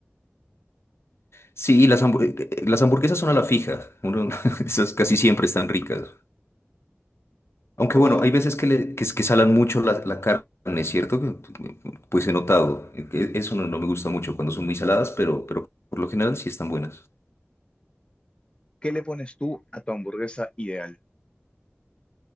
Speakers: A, on the left (about 70°); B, on the left (about 25°).
A: Sí, las, hambu- eh, eh, las hamburguesas son a la fija. Uno- <laughs> esas casi siempre están ricas. Aunque
B: ¿Cómo,
A: bueno, hay veces que, le, que, es- que salan mucho la, la carne, ¿cierto? Que, Pues he notado. E- e- Eso no, no me gusta mucho cuando son muy saladas, pero, pero por lo general sí están buenas.
B: qué le pones tú a tu hamburguesa ideal?